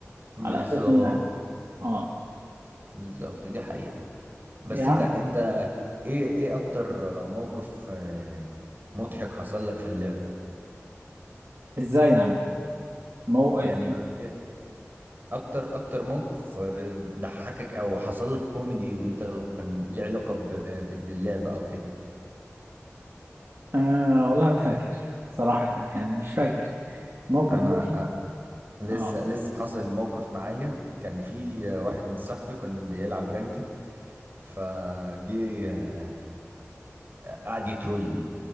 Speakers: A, on the right; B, on the right.
A: بالظبط
B: على اساس ان اه
A: بالظبط دي حقيقة بس
B: يا عم
A: انت انت ايه ايه اكتر موقف آه، مضحك حصل لك في اللعبة
B: ازاي يعني موقف
A: يعني إيه اكتر اكتر موقف آه، ضحكك او حصل لك كوميدي وانت كان ليه علاقة ب- ب- باللعبة او كده
B: آه والله ما فاكر صراحة يعني مش فاكر موقف
A: انا
B: مضحك
A: آه، لسه
B: اه
A: لسه حاصل موقف معايا كان في آه، واحد صاحبي كان بيلعب رانكد فجه آه، قعد يترول